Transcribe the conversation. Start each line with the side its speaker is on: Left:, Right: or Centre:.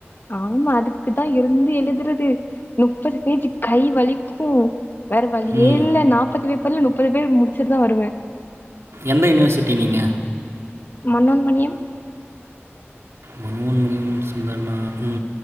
Left: ஆமா அதுக்குதா இருந்து எழுதுறது முப்பது பேஜூ கை வலிக்கு வேறு வலியே
Right: ம்.
Left: இல்ல நாப்பது பேபர் இல்ல முப்பது பேர் முடிச்சுட்டு தா வருவே
Right: எந்த யூனிவர்சிட்டி நீங்க
Left: மன்னேன்மணியம்
Right: மனோன்மணியம் சுந்தரமாயி